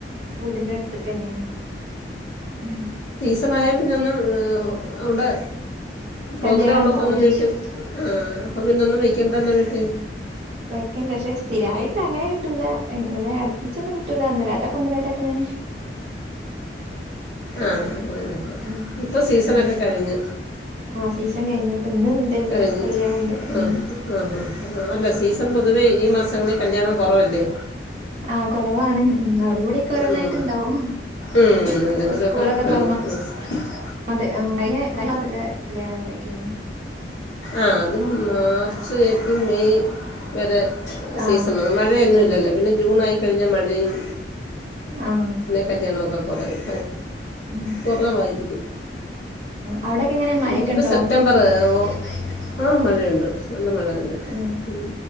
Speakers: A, on the right; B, on the left.
A: വീടിന്റെട് ത്തെകെന്നെണ് ഉം
B: ട്‌ത്തെന്നായാൽ പിന്നെ ഒന്ന് അവ്ടെ പ്രോഗ്രാം
A: കല്യാണം
B: ഉള്ളപ്പൊ
A: ഉണ്ടാവും
B: ഒന്നും വീട്ടിൽ ആഹ് അപ്പം പിന്നെ ഒന്നും വെക്കേണ്ടല്ലൊ വീട്ടിൽ.
A: വെക്കണ്ട പക്ഷെ സ്ഥിരായിട്ട് അങ്ങനെ കിട്ടൂല ഇങ്ങനെ അടുപ്പിച്ചൊന്നും കിട്ട് ട്ടൂല ഒന്നരാടക്കെ ഒന്നരാടൊക്കങ്ങനെ
B: ആഹ്
A: ഉം
B: ഇപ്പം സീസണൊക്കെ
A: ഉം
B: കഴിഞ്ഞ്.
A: ആഹ് സീസൺ കഴിഞ്ഞ് ഇപ്പൊ ഇന്ന്ണ്ട് ഇന്ന്
B: കഴിഞ്ഞ്
A: കല്യാണണ്ട് ഉം
B: ആഹ് ആഹ് ആ അല്ല സീസൺ പൊതുവെ ഈ മാസ ങ്ങളിൽ കല്യാണം കുറവല്ലേ
A: ആഹ് കുറവാണ്. ഉം അവടെം വ്ടേംക്കെ ഓരോന്നായിട്ട്ണ്ടാവും
B: ഉം ഉം എന്തെങ്കിലുമൊക്കെ
A: ഇപ്പൊ സ്കൂളൊക്കെ തൊറന്നോ
B: <inaudible>
A: ന്നൊണ്ട് കഴിഞ്ഞ കഴിഞ്ഞ മാസത്തിൽ കല്യാണങ്ങളെക്കേനി
B: ആഹ് അതും മാർച്ച് ഏപ്രിൽ മെയ് വരെ
A: ആ
B: സീസണാണ് മഴയൊന്നു ഇല്ലല്ലോ പിന്നെ ജൂണായിക്കഴിഞ്ഞാ മഴയും
A: ആഹ്
B: കല്യാണഒക്കെ കൊറെയും
A: ഉം
B: കുറവായിരിക്കും
A: അവിടൊക്കെ എങ്ങനെ മഴൊക്കെ
B: ഇഞ്ഞിപ്പോ
A: ഉണ്ടോ
B: സെപ്റ്റംബർ ഓ ആഹ് മഴയുണ്ട് നല്ല മഴതന്നെ
A: ഏ
B: ഉം